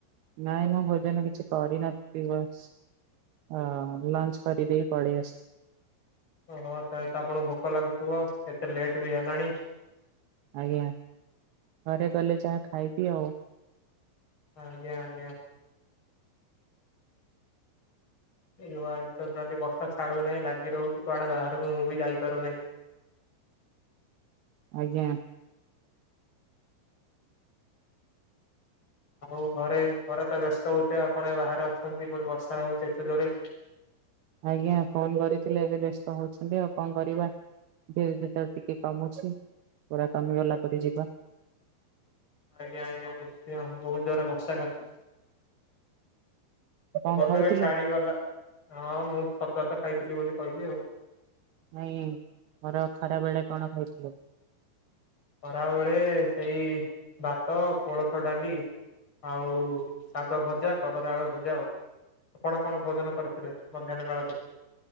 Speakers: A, on the right; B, on the left.
A: ନାଇଁ ମୁଁ ଭୋଜନ କିଛି କରିନଥିଲି ବାସ ଅ ଲଞ୍ଚ୍ କରିଦେଇକି ପଳେଇ ଆସିଛି।
B: ଓହୋ ତେବେ ତ ଆପଣଙ୍କୁ ଭୋକ ଲାଗୁଥିବ ଏତେ ଲେଟ୍ ବି ହେଲାଣି।
A: ଆଜ୍ଞା ଘରେ ଗଲେ ଯାହା ଖାଇବି ଆଉ।
B: ଆଜ୍ଞା ଆଜ୍ଞା। ଏଇ ଆଜିତ ଖାଲି ବର୍ଷା ଛାଡୁ ନାହିଁ ଲାଗି ରହୁଛି କୁଆଡେ ବାହାରକୁ ମୁଁ ବି ଯାଇପାରୁନାହିଁ।
A: ଆଜ୍ଞା।
B: ଆଉ ଘରେ ଘରେ ତ ବ୍ୟସ୍ତ ହଉଥିବେ ଆପଣ ଏ ବାହାରେ ଅଛନ୍ତି ପୁଣି ବର୍ଷା ହଉଚି ଏତେ ଜୋରେ
A: ଆଜ୍ଞା ଫୋନ କରିଥିଲେ ଏବେ ବେସ୍ତ ହଉଛନ୍ତି ଆଉ କଣ କରିବା। ଧୀରେ ଧୀରେ ତାର ଟିକେ କମୁଛି ପୁରା କମିଗଲା ପରେ ଯିବା।
B: ଆଜ୍ଞା ଆଜ୍ଞା ନିଶ୍ଚୟ ବହୁତ ଜୋରେ ବର୍ଷା କାଚୁଚି।
A: କଣ
B: ବଧକ
A: ଖାଇଥିଲେ
B: ଛାଡିଗଲା ହଁ ମୁଁ ସତ ହାତ ଖାଇଥିଲି ବୋଲି କହିଲି ଆଉ
A: ନାଇଁ ମୋର ଖରା ବେଳେ କଣ କହିଥିଲୁ?
B: ଖରାବେଳେ ସେଇ ଭାତ କୋଳଥ ଡାଲି ଆଉ ଶାଗ ଭଜା କଲରା ଆଳୁ ଭଜା ଆଉ ଆପଣ କଣ ଭୋଜନ କରିିଥିଲେ ମଧ୍ୟାହ୍ନ କାଳରେ?